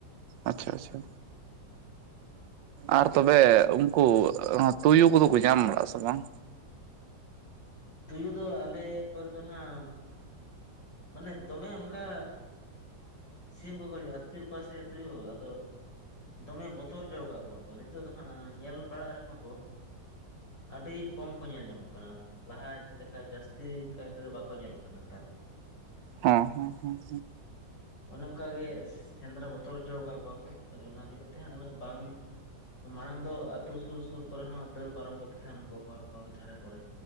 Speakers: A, on the right; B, on the left.
A: ᱟᱪᱪᱷᱟ ᱟᱪᱪᱷᱟ᱾ ᱟᱨ ᱛᱚᱵᱮ ᱩᱱᱠᱩ ᱛᱩᱭᱩ ᱠᱚᱫᱚ ᱠᱚ ᱧᱟᱢ ᱵᱟᱲᱟᱜᱼᱟ ᱥᱮ ᱵᱟᱝ?
B: ᱛᱩᱭᱩ ᱫᱚ ᱟᱞᱮ ᱠᱚᱨᱮ ᱫᱚ ᱦᱟᱸᱜ ᱢᱟᱱᱮ ᱫᱚᱢᱮ ᱚᱱᱠᱟ ᱥᱤᱢ ᱠᱚᱠᱚ ᱟᱹᱛᱠᱤᱨ ᱠᱚᱣᱟ ᱥᱮ ᱛᱩᱭᱩ ᱟᱫ ᱫᱚᱢᱮ ᱵᱚᱛᱚᱨ ᱪᱚ ᱠᱟᱜ ᱠᱚᱣᱟ ᱠᱚ ᱱᱤᱛᱚᱜ ᱫᱚ ᱦᱟᱸᱜ ᱧᱮᱞ ᱵᱟᱲᱟᱜ ᱨᱮᱦᱚᱸ ᱠᱚ ᱟᱹᱰᱤ ᱠᱚᱢ ᱠᱚ ᱧᱮᱞ ᱧᱟᱢᱚᱜ ᱠᱟᱱᱟ, ᱞᱟᱦᱟ ᱞᱮᱠᱟ ᱡᱟᱹᱥᱛᱤ ᱠᱟᱭ ᱛᱮᱫᱚ ᱵᱟᱠᱚ ᱧᱮᱞᱚᱜ ᱠᱟᱱᱟ ᱱᱮᱛᱟᱨ ᱫᱚ᱾
A: ᱦᱚᱸᱻᱦᱚᱸᱻᱦᱚᱸᱻᱦᱚᱸ᱾
B: ᱚᱱᱮ ᱚᱱᱠᱟᱜᱮ ᱥᱮᱸᱫᱽᱨᱟ ᱵᱚᱛᱚᱨ ᱦᱚᱪᱚ ᱟᱠᱟᱟᱜ ᱠᱚᱣᱟ ᱠᱚ, ᱛᱟᱦᱞᱮ ᱚᱱᱟ ᱤᱫᱤ ᱠᱟᱛᱮᱜ ᱩᱱᱟᱹᱜ ᱵᱟᱝ ᱢᱟᱲᱟᱝ ᱫᱚ ᱟᱹᱛᱩ ᱥᱩᱨ ᱥᱩᱨ ᱠᱚᱨᱮ ᱦᱚᱸ ᱫᱟᱹᱲ ᱯᱟᱨᱚᱢ ᱠᱚᱛᱮ ᱛᱟᱦᱮᱱᱟᱠᱚ ᱦᱚᱨ ᱦᱚᱨ ᱫᱷᱟᱨᱮ ᱠᱚᱨᱮ